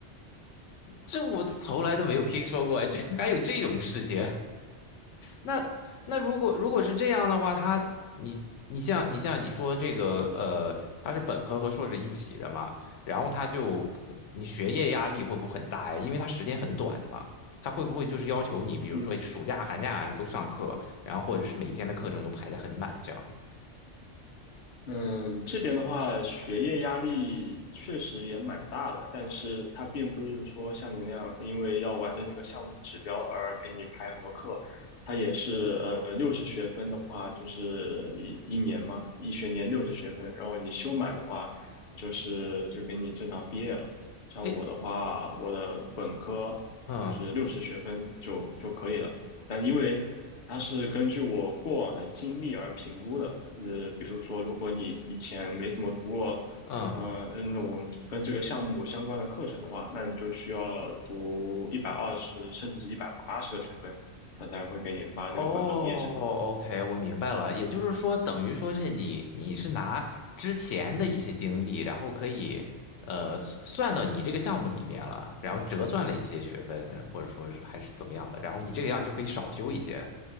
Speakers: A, on the left; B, on the left.
A: 这我从来都没有听说过，哎居然还有这种事情。那那如果如果是这样的话，他你你像你像你说这个呃，他是本科和硕士一起的嘛，然后他就你学业压力会不会很大呀？因为他时间很短的嘛，他会不会就是要求你，比如说暑假、
B: 嗯，
A: 寒假还是都上课，然后或者是每天的课程都排得很满这样？
B: 嗯，这边的话，学业压力确实也蛮大的，但是它并不是说像你那样，因为要完成这个项目指标而给你排很多课，它也是呃六十学分的话，就是一一年嘛，一学年六十学分，然后你修满的话，就是就给你正常毕业了。像我的话，
A: 哎，
B: 我的本科就是六十学分就就可以了。
A: 嗯
B: 但因为它是根据我过往的经历而评估的，呃，比如说，如果你以前没怎么读过，
A: 嗯。
B: 呃，那种跟这个项目相关的课程的话，那你就需要读一百二十甚至一百八十个学分，他才会给你发这个本科毕业证。
A: 哦，OK，我明白了。也就是说，等于说是你你是拿之前的一些经历，然后可以呃算算到你这个项目里面了，然后折算了一些学分，或者说是还是怎么样的，然后你这个样就可以少修一些，